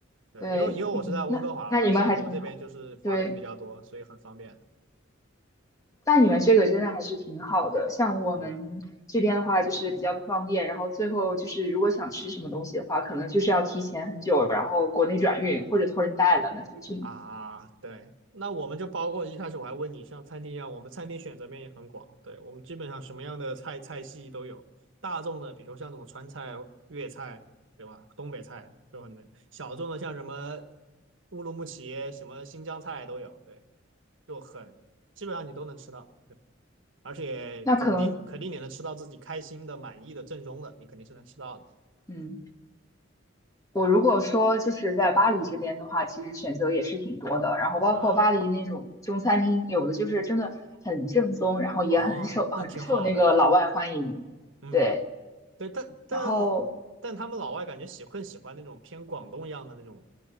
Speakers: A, on the right (about 70°); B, on the left (about 15°).
A: 对，
B: 对，
A: 因为因为我是在温哥华嘛，
B: 嗯，那那你们还挺好，
A: 所以我们这边就是华人比较多，
B: 对。
A: 所以很方便。
B: 那你们这个真的还是挺好的。像我们这边的话，
A: 是的。嗯
B: 就是比较不方便，然后最后就是如果想吃什么东西的话，可能就是要提前很久，然后国内转运或者托人带了，那就只能
A: 啊，对，那我们就包括一开始我还问你，像餐厅一样，我们餐厅选择面也很广，对，我们基本上什么样的菜菜系都有，大众的，比如说像什么川菜、粤菜，对吧？东北菜都很能，小众的像什么乌鲁木齐、什么新疆菜都有，对，就很基本上你都能吃到，对，而且肯定肯定你能吃到自己开心的、
B: 那可能
A: 满意的、正宗的，你肯定是能吃到的
B: 嗯，我如果说就是在巴黎这边的话，其实选择也是挺多的，然后包括巴黎那种中餐厅，
A: 啊，
B: 有的就是真的很正宗，然后也很受很受那个老外欢迎，
A: 哦，那挺好的，嗯。
B: 对。
A: 对，但但
B: 然后
A: 但他们老外感觉喜更喜欢那种偏广东一样的那种，